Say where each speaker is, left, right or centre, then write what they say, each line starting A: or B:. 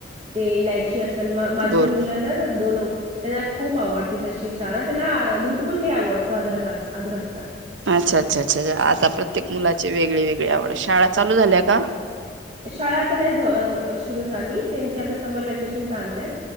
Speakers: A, on the right; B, on the right.
A: ते इलायची अससन माझ्या
B: बर
A: मुलांना ना दोनो त्यांना खूप आवडती तशी छान त्यांना दूध पण नाही आवडत अदरका अदरकचा
B: अच्छा अच्छा अच्छा आता प्रत्येक मुला वेगळी वेगळी आवड शाळा चालू झाल्या का
A: शाळा आता नाही सुरू झाली त्यांची आता समर वॅकेशन चालते